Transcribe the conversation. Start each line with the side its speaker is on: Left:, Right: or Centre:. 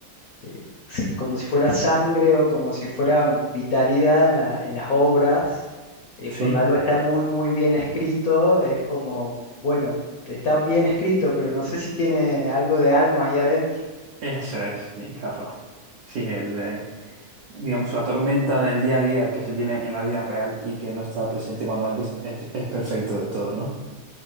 Left: eh, s- como si fuera sangre o como si fuera vitalidad en la- en las obras. Eh,
Right: Sí,
Left: cuando algo está muy, muy bien escrito, es como, bueno, está bien escrito, pero no sé si tiene algo de alma ahí adentro.
Right: eso es, y claro. Sí, el, eh, digamos, la tormenta del día a día que se tiene en la vida real y que no está presente cuando algo es, es- es perfecto de todo, ¿no?